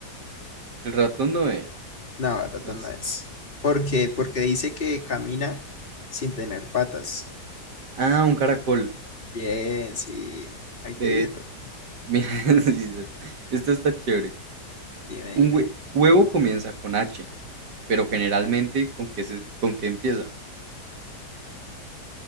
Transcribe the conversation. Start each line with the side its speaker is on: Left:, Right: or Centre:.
Right: El ratón no es.
Left: No, ratón
Right: No sé.
Left: no es. ¿Por qué? Porque dice que camina sin tener patas.
Right: Ah, un caracol.
Left: Bien, sí. Ahí
Right: Ve,
Left: te dije todo.
Right: mira, <laughs> sí, sí, esta está chévere.
Left: Dime,
Right: Un
Left: dime.
Right: hue- huevo comienza con H, pero generalmente, ¿con qué, se- con qué empieza?